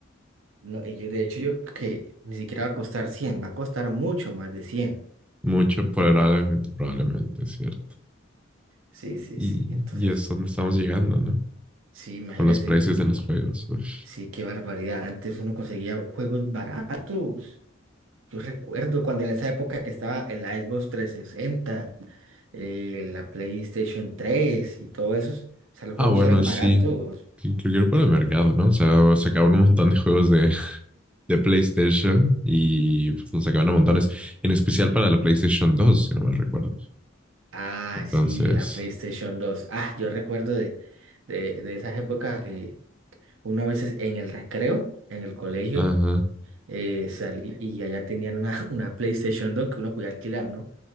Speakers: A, on the right (about 70°); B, in the centre.
A: no, y yo de hecho yo creo que ni siquiera va a costar cien va a costar mucho más de cien
B: Mucho, probablemente, probablemente, es cierto.
A: Sí, sí,
B: Y,
A: sí, entonces
B: y es donde estamos llegando, ¿no?
A: sí, imagínate,
B: por los precios
A: u-
B: de los juegos. Uf.
A: sí, qué barbaridad. Antes uno conseguía juegos baratos. Yo recuerdo cuando en esa época que estaba el Xbox 360, eh, la PlayStation 3 y todo eso, o sea, los
B: Ah,
A: juegos
B: bueno,
A: eran
B: sí.
A: baratos.
B: Creo que era por el mercado, ¿no? O sea, sacaban un montón de juegos de, <laughs> de PlayStation y pues, nos sacaban a montones, en especial para la PlayStation dos si no mal recuerdo.
A: Ah,
B: Entonces,
A: sí, la PlayStation 2. Ah, yo recuerdo de, de, de esas épocas que uno a veces en el recreo, en el colegio,
B: ajá.
A: eh, salía y allá tenían una, <laughs> una PlayStation 2 que uno podía alquilar, ¿no?